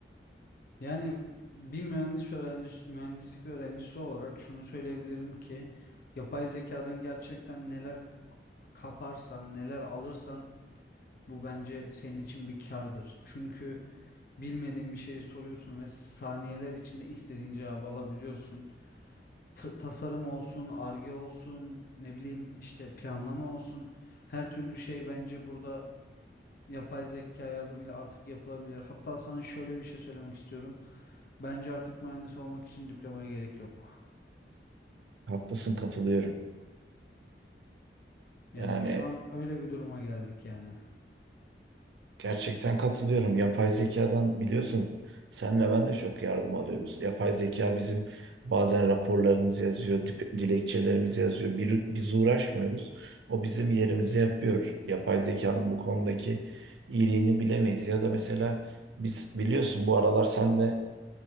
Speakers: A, on the left (about 55°); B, on the right (about 80°).
A: Yani bir mühendis öğrencisi, mühendislik öğrencisi olarak şunu söyleyebilirim ki yapay zekadan gerçekten neler kaparsan, neler alırsan Bu bence senin için bir kârdır. Çünkü bilmediğin bir şeyi soruyorsun ve saniyeler içinde istediğin cevabı alabiliyorsun. T- tasarım olsun, arge olsun, ne bileyim işte planlama olsun. Her türlü şey bence burada yapay zeka yardımıyla artık yapılabilir. Hatta sana şöyle bir şey söylemek istiyorum. Bence artık mühendis olmak için diplomaya gerek yok.
B: Haklısın, katılıyorum.
A: Yani
B: Yani
A: şu an öyle bir duruma geldik yani.
B: Gerçekten katılıyorum. Yapay zekadan biliyorsun senle ben de çok yardım alıyoruz. Yapay zeka bizim bazen raporlarımızı yazıyor, dip- dilekçelerimizi yazıyor. Bir, biz uğraşmıyoruz. O bizim yerimizi yapıyor. Yapay zekanın bu konudaki iyiliğini bilemeyiz. Ya da mesela biz biliyorsun bu aralar senle